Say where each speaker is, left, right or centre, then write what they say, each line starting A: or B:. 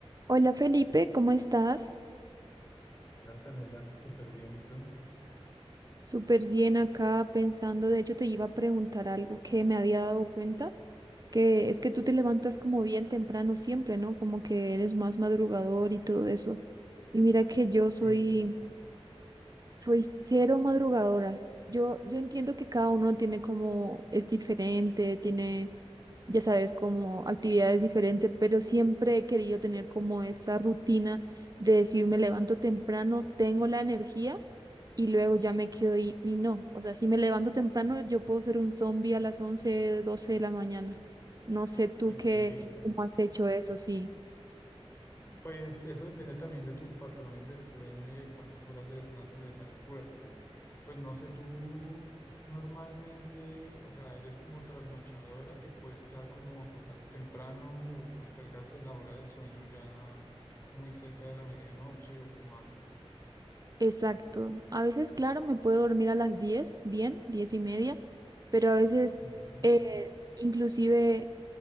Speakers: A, on the right; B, on the left.
A: Hola Felipe, ¿cómo estás?
B: Hola Antonella, súper bien, ¿y tú?
A: Súper bien acá pensando, de hecho te iba a preguntar algo que me había dado cuenta, que es que tú te levantas como bien temprano siempre, ¿no? Como que eres más madrugador y todo eso. Y mira que yo
B: Sí,
A: soy Soy cero madrugadoras. Yo, yo entiendo que cada uno tiene como, es diferente, tiene, ya sabes, como actividades diferentes, pero siempre he querido tener como esa rutina de decir, me levanto temprano, tengo la energía y luego ya me quedo
B: Sí.
A: y, y no. O sea, si me levanto temprano, yo puedo ser un zombie a las 11 12 de la mañana. No sé tú
B: ¿En
A: qué,
B: serio?
A: cómo has hecho eso, sí.
B: Pues eso depende también de tus patrones de sueño y de cuántas horas de descanso le des al cuerpo. Pues no sé, tú normalmente, o sea, eres como trasnochadora, ¿te cuesta como acostarte temprano o postergas la hora del sueño ya muy cerca de la medianoche o cómo haces?
A: Exacto. A veces, claro, me puedo dormir a las 10, bien, 10 y media, pero a veces
B: Ujú.
A: eh, inclusive